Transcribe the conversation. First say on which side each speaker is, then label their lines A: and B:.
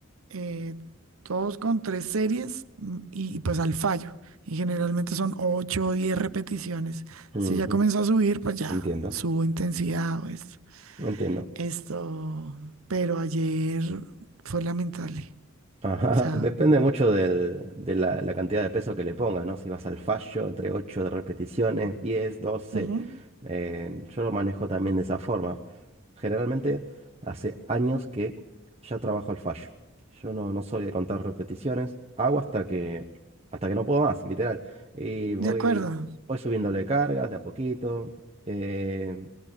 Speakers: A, on the right; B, on the right.
A: eh, todos con tres series mm, y, y pues al fallo. Y generalmente son ocho o diez repeticiones.
B: ujú.
A: Si ya comenzó a subir, pues ya
B: Entiendo,
A: subo intensidad o eso.
B: entiendo.
A: Esto, pero ayer fue lamentable.
B: Ajá,
A: O sea,
B: depende mucho del- de la, la cantidad de peso que le pongas, ¿no? Si vas al fallo, entre 8 de repeticiones, 10, doce,
A: Ujú.
B: eh, yo lo manejo también de esa forma. Generalmente hace años que ya trabajo al fallo. Yo no, no soy de contar repeticiones, hago hasta que, hasta que no puedo más, literal. Y voy,
A: de acuerdo.
B: voy subiéndole cargas de a poquito. eh,